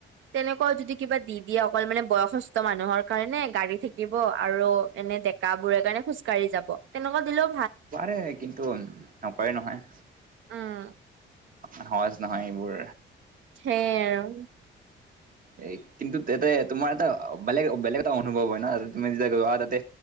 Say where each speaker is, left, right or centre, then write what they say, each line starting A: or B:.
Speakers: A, on the right; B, on the right.
A: তেনেকুৱাও যদি কিবা দি দিয়ে অকল মানে বয়সস্থ মানুহৰ কাৰণে গাড়ী থাকিব আৰু এনে ডেকা বোৰৰে কাৰণে খোজকাঢি যাব তেনেকুৱা দিলও
B: পাৰে কিন্তু নকৰেই নহয়
A: উম
B: সহজ নহয় এইবোৰ
A: সেইয়ে আৰু
B: এ কিন্তু তাতে তোমাৰ এটা বেলেগ বেলেগ এটা অনুভৱ হয় ন তুমি যেতিয়া যোৱা তালে